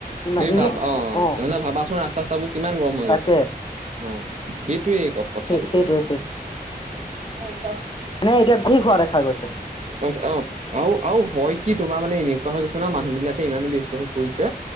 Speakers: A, on the left; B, on the right.
A: ইমান
B: তুমি
A: ইমান
B: ভাবা অঁ
A: অ
B: ভাবাচোন ৰাস্তা চাস্তাবোৰ কিমান গৰম হৈ
A: তাকে
B: গৈছে অঁ সেইটোয়েই ক কথাটোত
A: সেই সেইটোৱে
B: মই <unintelligible>
A: নে এতিয়া কি খোৱা দেখা গৈছে।
B: অ অ আৰু আৰু হয় কি তোমাৰ মানে এনেকুৱা হৈ গৈছে ন মানুহ বিলাকে ইমান ব্যস্ত হৈ পৰিছে